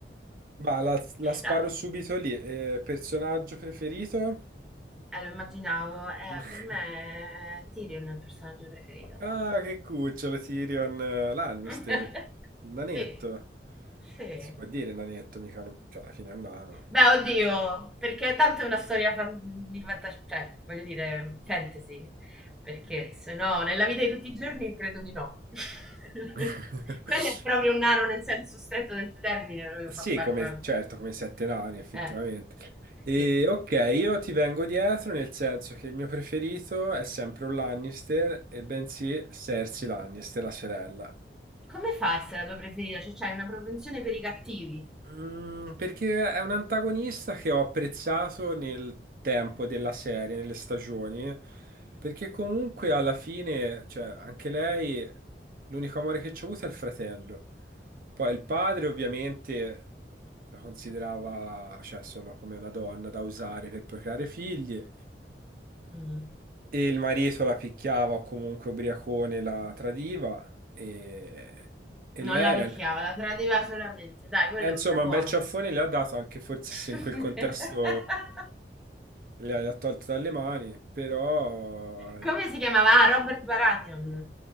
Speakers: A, on the right; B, in the centre.
A: Ma la, la sparo
B: No,
A: subito lì. Eh, personaggio preferito?
B: eh, lo immaginavo, eh,
A: <laughs>
B: per me eh, Tyrion è il personaggio preferito.
A: Ah, che cucciolo, Tyrion eh, Lannister,
B: <laughs>
A: il nanetto.
B: Sì, sì.
A: Si può dire nanetto, mica no- Cioè, alla fine è un nano.
B: Beh, oddio, perché tanto è una storia fan- di fantascienza, cioè, voglio dire, fantasy, perché se no, nella vita di tutti i giorni credo di no. <laughs>
A: <laughs>
B: Quello è proprio un nano nel senso stretto del termine, proprio
A: Sì,
B: fa, fa,
A: come,
B: fa-
A: certo, come sette nani, effettivamente.
B: Eh,
A: E
B: sì.
A: ok, io ti vengo dietro nel senso che il mio preferito è sempre un Lannister, e bensì Cersei Lannister, la sorella.
B: Come fa a essere la tua preferita? Cioè, c'hai una propensione per i cattivi.
A: Mm, perché è un antagonista che ho apprezzato nel tempo della serie, nelle stagioni, perché comunque alla fine, cioè, anche lei, l'unico amore che c'ha avuto è il fratello. Poi il padre ovviamente la considerava, cioè, solo come una donna da usare per procreare figli,
B: Mm.
A: e il marito la picchiava o comunque ubriacone la tradiva, e, e lei
B: Non la picchiava,
A: era...
B: la tradiva solamente. Dai, quello
A: Eh, insomma,
B: è un bravo
A: un
B: uomo.
A: bel ciaffone le ha dato anche forse se in
B: <laughs>
A: quel contesto le ha le ha tolto dalle mani, però eh,
B: Come si chiamava? Ah, Robert Baratheon.